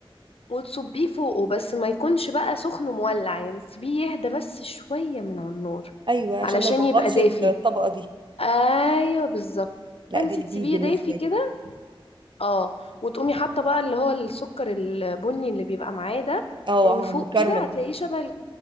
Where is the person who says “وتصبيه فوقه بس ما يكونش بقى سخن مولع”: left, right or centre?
Left